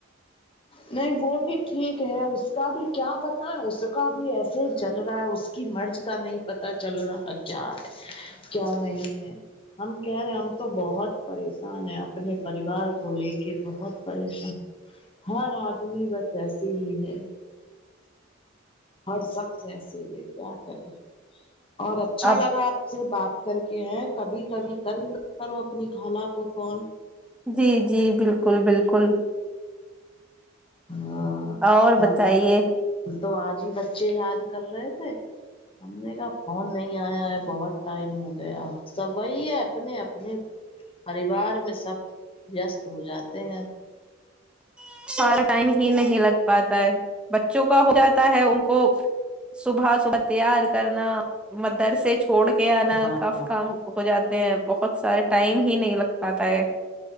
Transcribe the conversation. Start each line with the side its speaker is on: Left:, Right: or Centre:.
Left: نہیں وہ بھی ٹھیک ہے اس کا بھی کیا بتائیں اس کا بھی ایسےج چل رہا ہے اس کی مرض کا نہیں پتا چل رہا کیا ہے کیا نہیں ہے ہم کہہ رہے ہم تو بہت پ نے اپنے پریوار کو لے کے بہت پریشان <inaudible> ہر آدمی بس ایسے ہی ہے ہر سخت ایسے یہ کیا کریں اور اچھا
Centre: اب
Left: لگا آپ سے بات کر کے ہیں کبھی کبھی کر کرو اپنی خال کو فون <unintelligible>
Centre: جی جی بالکل بالکل <unintelligible>
Left: ہاں
Centre: ہ اور
Left: ہم
Centre: بتائیے
Left: تو آج ہی بچے یاد کر رہے تھے ہم نے کا فون نہیں آیا ہے بہت ٹائم ہو گیا سب وہی ہے اپنے اپنے پریوار میں سب وست ہو جاتے ہیں
Centre: <unintelligible> ہی نہیں لگ پاتا ہے بچوں کا ہو جاتا ہے ان کو صبح صبح تیار کرنا مدرس چ چھوڑ کے آنا
Left: ہاں
Centre: کافی
Left: ہاں
Centre: کام ہو جاتے ہیں بہت سارے ٹائم ہی نہیں لگ پاتا ہے